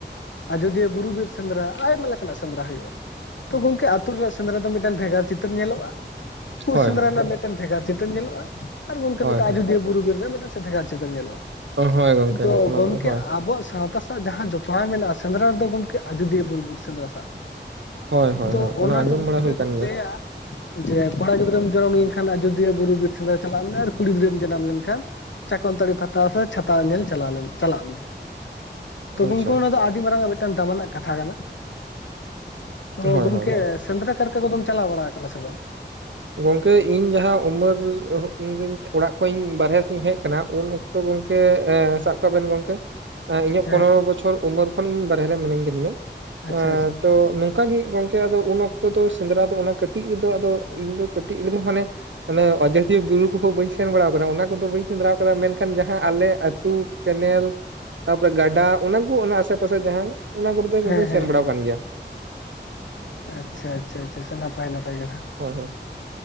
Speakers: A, on the left; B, on the right.
A: ᱟᱡᱚᱫᱤᱭᱟᱹ ᱵᱩᱨᱩ ᱵᱤᱨ ᱥᱮᱸᱫᱽᱨᱟ ᱟᱭᱢᱟ ᱞᱮᱠᱟᱱᱟᱜ ᱥᱮᱸᱫᱽᱨᱟ ᱦᱩᱭᱩᱜ-ᱟ᱾ ᱛᱚ ᱜᱚᱝᱠᱮ ᱟᱹᱛᱳ ᱨᱮᱱᱟᱜ ᱥᱮᱸᱫᱽᱨᱟ ᱫᱚ ᱢᱤᱫᱴᱟᱝ ᱵᱷᱮᱜᱟᱨ ᱪᱤᱛᱟᱹᱨ ᱧᱮᱞᱚᱜ-ᱟ ᱯᱩᱨ
B: ᱦᱳᱭ
A: ᱥᱮᱸᱫᱽᱨᱟ
B: ᱦᱳᱭ
A: ᱨᱮᱱᱟᱜ
B: ᱦᱳᱭ
A: ᱢᱮᱫ ᱢᱤᱫᱴᱮᱱ ᱵᱷᱮᱜᱟᱨ ᱪᱤᱛᱟᱹᱨ ᱧᱮᱞᱚᱜ-ᱟ ᱟᱨ ᱜᱚᱝᱠᱮ
B: ᱦᱳᱭ
A: ᱢᱤᱫᱴᱮᱱ ᱟᱡᱚᱫᱤᱭᱟᱹ ᱵᱩᱨᱩ ᱵᱤᱨ ᱨᱮ ᱢᱤᱫᱴᱟ ᱥᱮ ᱵᱷᱮᱜᱟᱨ ᱪᱤᱛᱟᱹᱨ ᱧᱮᱞᱚᱜ-ᱟ᱾
B: ᱦᱳᱭ ᱦᱳᱭ ᱜᱚᱝᱠᱮ
A: ᱫᱚ
B: ᱚᱱᱟ
A: ᱜᱚᱝᱠᱮ
B: ᱦᱳᱭ
A: ᱟᱵᱚᱣᱟᱜ ᱥᱟᱶ ᱛᱟᱥᱟᱜ ᱡᱟᱦᱟᱸ ᱡᱚᱯᱲᱟᱭ ᱢᱮᱱᱟᱜ-ᱟ ᱥᱮᱸᱫᱽᱨᱟ ᱨᱮᱫᱚ ᱜᱚᱝᱠᱮ ᱟᱡᱚᱫᱤᱭᱟᱹ ᱵᱩᱨᱩ ᱵᱩᱨ ᱥᱮᱸᱫᱽᱨᱟ ᱥᱟᱜ
B: ᱦᱳᱭ ᱦᱳᱭ
A: ᱛᱚ
B: ᱦᱳᱭ
A: ᱚᱱᱟ ᱨᱮ
B: ᱟᱸᱡᱚᱢ
A: ᱫᱚ ᱜᱚᱝᱠᱮ
B: ᱵᱟᱲᱟ ᱦᱩᱭ ᱠᱟᱱ
A: ᱠᱚ
B: ᱜᱮᱭᱟ
A: ᱞᱟᱹᱭᱟ ᱡᱮ ᱠᱚᱲᱟ ᱜᱤᱫᱽᱨᱟᱹᱢ ᱡᱟᱱᱚᱢ ᱞᱮᱱᱠᱷᱟᱱ ᱟᱡᱚᱫᱤᱭᱟᱹ ᱵᱩᱨᱩ ᱵᱤᱨ ᱥᱮᱸᱫᱽᱨᱟ ᱪᱟᱞᱟᱜ ᱢᱮ ᱟᱨ ᱠᱩᱲᱤ ᱜᱤᱫᱽᱨᱟᱹᱢ ᱡᱟᱱᱟᱢ ᱞᱮᱱᱠᱷᱟᱱ ᱪᱟᱠᱚᱞᱛᱟᱹᱲᱤ ᱯᱷᱟᱛᱟ ᱥᱮ ᱪᱷᱟᱛᱟ ᱧᱮᱞ ᱪᱟᱞᱟᱣ ᱞᱮᱱ ᱪᱟᱞᱟᱜ ᱢᱮ᱾ ᱛᱚ
B: ᱟᱪᱪᱷᱟ
A: ᱜᱚᱝᱠᱮ ᱚᱱᱟ ᱫᱚ ᱟᱹᱰᱤ ᱢᱟᱨᱟᱝᱟᱜ ᱢᱤᱫᱴᱟᱝ ᱫᱟᱢᱟᱱᱟᱜ ᱠᱟᱛᱷᱟ ᱠᱟᱱᱟ᱾ ᱛᱚ
B: ᱦᱳᱭ
A: ᱜᱚᱢᱠᱮ
B: ᱦᱳᱭ ᱦᱳᱭ
A: ᱥᱮᱸᱫᱽᱨᱟ ᱠᱟᱨᱠᱟ ᱠᱚᱫᱚᱢ ᱪᱟᱞᱟᱣ ᱵᱟᱲᱟ ᱠᱟᱱᱟ ᱥᱮ ᱵᱟᱝ?
B: ᱜᱚᱝᱠᱮ ᱤᱧ ᱡᱟᱦᱟᱸ ᱩᱢᱟᱹᱨ ᱦᱩᱜᱩᱱ ᱡᱤᱧ ᱚᱲᱟᱜ ᱠᱷᱚᱡ ᱤᱧ ᱵᱟᱨᱦᱮ ᱥᱮᱧ ᱦᱮᱡ ᱠᱟᱱᱟ ᱩᱱ ᱚᱠ ᱛᱚ ᱜᱚᱝᱠᱮ ᱮ ᱥᱟᱵ ᱠᱟᱜᱵᱮᱱ ᱜᱚᱝᱠᱮ ᱮᱸ ᱤᱧᱟᱹᱜ
A: ᱦᱮᱸ
B: ᱯᱚᱱᱨᱚ ᱵᱚᱪᱷᱚᱨ ᱩᱢᱟᱹᱨ ᱠᱷᱚᱱ ᱤᱧ ᱵᱟᱨᱦᱨᱮ ᱨᱮ ᱢᱤᱱᱟᱹᱧ ᱠᱟᱫᱤᱧᱟ᱾
A: ᱟᱪᱪᱷᱟ
B: ᱮᱸ
A: ᱟᱪᱪᱷᱟ
B: ᱛᱚ ᱱᱚᱝᱠᱟ ᱜᱤ ᱜᱚᱝᱠᱮ ᱟᱫᱚ ᱩᱱ ᱚᱠᱛᱚ ᱫᱚ ᱥᱮᱸᱫᱽᱨᱟ ᱫᱚ ᱚᱱᱟ ᱠᱟᱹᱴᱤᱡ ᱨᱮᱫᱚ ᱟᱫᱚ ᱤᱧ ᱫᱚ ᱠᱟᱹᱴᱤᱜ ᱨᱮᱫᱚ ᱦᱟᱱᱮ ᱟᱱᱮ ᱚᱡᱚᱫᱤᱭᱟᱹ ᱵᱩᱨᱩ ᱠᱚᱦᱚᱸ ᱵᱟᱹᱧ ᱥᱮᱱ ᱵᱟᱲᱣᱟᱠᱟᱱᱟ ᱚᱱᱟ ᱠᱚᱫᱚ ᱵᱟᱹᱧ ᱥᱮᱸᱫᱽᱨᱟ ᱟᱠᱟᱫᱟ ᱢᱮᱱᱠᱷᱟᱱ ᱡᱟᱦᱟᱸ ᱟᱞᱮ ᱟᱹᱛᱩ ᱠᱮᱱᱮᱞ ᱛᱟᱯᱚᱨᱮ ᱜᱟᱰᱟ ᱚᱱᱟ ᱠᱩ ᱚᱱᱟ ᱟᱥᱮ ᱯᱟᱥᱮ ᱡᱟᱦᱟᱸ ᱚᱱᱟ ᱠᱚᱨᱮ ᱫᱚ ᱜᱚᱝᱠᱮᱧ
A: ᱦᱮᱸ
B: ᱥᱮᱱ
A: ᱦᱮᱸ
B: ᱵᱟᱲᱟ
A: ᱦᱮᱸ
B: ᱣᱟᱠᱟᱱ ᱜᱮᱭᱟ᱾
A: ᱟᱪᱪᱷᱟ ᱟᱪᱪᱷᱟ ᱟᱪᱪᱷᱟ ᱥᱮ ᱱᱟᱯᱟᱭ ᱱᱟᱯᱟᱭ ᱠᱟᱛᱷᱟ᱾
B: ᱦᱳᱭ ᱦᱳᱭ